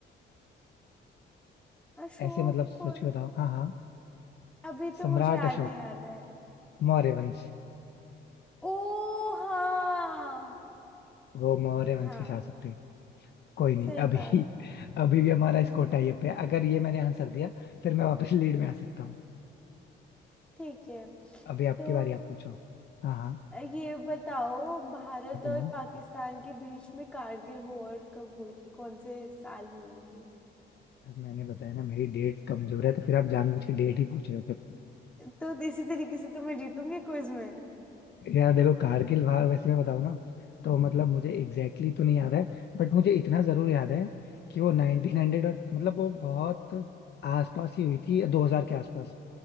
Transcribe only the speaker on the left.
ऐसे मतलब सोच
के बताओ हाँ हाँ
सम्राट
अशोक
मौर्य वंश
वो मौर्य वंश
के शासक थे कोई नहीं
अभी
अभी भी हमारा स्कोर
टाई अप है अगर ये मैंने आंसर दिया फिर मैं वापस लीड में आ सकता हूँ
अभी आपकी
बारी आप पूछो हाँ हाँ
हम्म।
अब मैंने बताया ना मेरी डेट कमजोर है तो फिर आप जानबूझ के डेट ही पूछ रहे हो फिर
यार देखो कारगिल वार वैसे मैं बताऊं ना तो मतलब मुझे एग्जैक्टली exactly तो नहीं याद है बट मुझे इतना जरूर याद है कि वो 1900 और मतलब वो बहुत आसपास ही हुई थी 2000 के आसपास